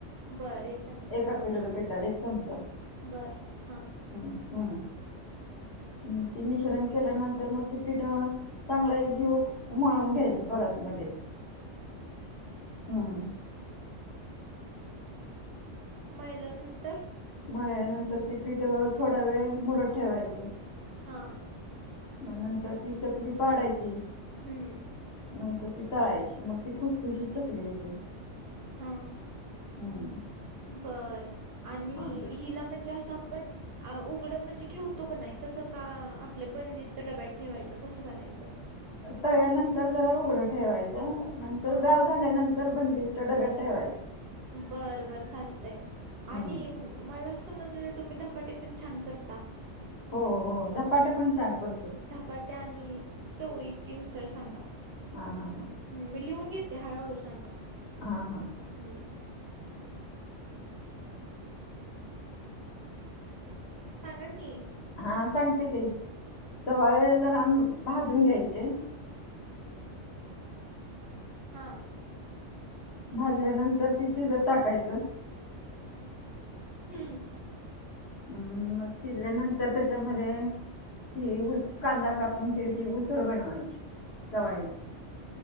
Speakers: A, on the right; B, on the left.
A: बर एक चमचा
B: एका
A: हा
B: किलोला पिटाला एक चमचा.
A: बर हा
B: हम् हम्म, हम् ती मिश्रण केल्यानंतर मग ती पिठव चांगला एक जीवक म्हळून घ्यायचा परत मध्ये.
A: हां!
B: हं!
A: मयील्यानंतर?
B: मळ्ल्या नंतर ते पीठअ थोडा वेळ मुरत ठेवायचं.
A: हा!
B: म नंतर ती चकली पाडायची.
A: हूं!
B: नंतर ती तळायची, मग ती खुसखुशीत चकली होते.
A: हा
B: हम्म
A: बर आणि
B: हा
A: हिला म्हणजे असं आपण अ उघडं म्हणजे ठेवतो का नाही, तसं का आपलं बंदिस्त डब्यात ठेवायचं कसं करायचं.
B: तळल्यानंतर जरा उघडं ठेवायचं
A: हम्म
B: नंतर
A: हा
B: गार झाल्यानं तर बंदिस्त डब्यात ठेवाय
A: बरं बर चालतय
B: हम्म
A: आणि मला समजले तुम्ही धपाटे पण छान करता.
B: हो हो धपाटे पण छान करतो.
A: पत्या च चवळीची उसळ सांगा.
B: हा हा
A: हं मी लिहून घेते हळूहळू सांगा.
B: हा हा!
A: हूं! सांगा की?
B: हा सांगते की सवाळे जरा भाजून घ्यायचे.
A: हा!
B: भाजल्यानंतर ते शिजत टाकायचं.
A: हूं!
B: हूं मग शिजल्यानंतर त्याच्यामध्ये ती ऊस कांदा काप पण त्याची उसळ बनवायची त चवायची.